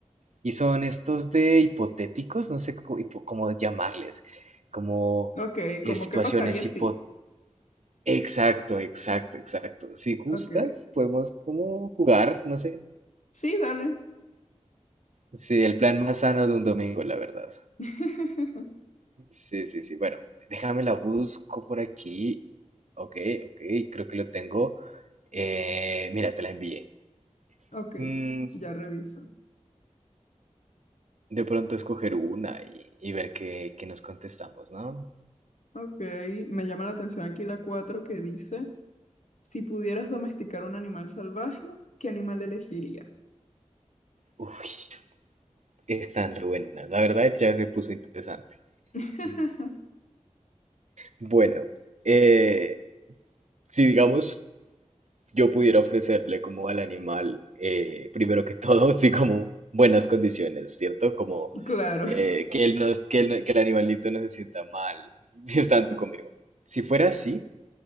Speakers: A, on the right (about 75°); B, on the left (about 85°).
A: y son estos de hipotéticos, no sé cómo, hipo- cómo llamarles, como
B: ok,
A: eh,
B: cómo
A: situaciones
B: qué pasaría si.
A: hipotéticas Exacto, exacto, exacto. Si gustas,
B: Ok,
A: podemos como jugar, no sé.
B: sí, dale.
A: Sí, el plan más sano de un domingo, la verdad.
B: <laughs>
A: Sí, sí, sí. Bueno, déjame la busco por aquí. Ok, ok, creo que lo tengo. Eh, mira, te la envié.
B: Ok,
A: Mm,
B: ya reviso.
A: de pronto escoger una y, y ver qué, qué nos contestamos, ¿no?
B: Ok, me llama la atención aquí la 4 que dice, si pudieras domesticar un animal salvaje, ¿qué animal elegirías?
A: Uy, están re buenas. La verdad ya se puso interesante.
B: <laughs>
A: Mm, Bueno, eh, si digamos yo pudiera ofrecerle como al animal, eh, primero que <laughs> todo, sí, como buenas condiciones, ¿cierto? Como
B: Y Claro,
A: eh, que él no, que él no- que el animalito no se sienta mal <laughs> estando conmigo. Si fuera así,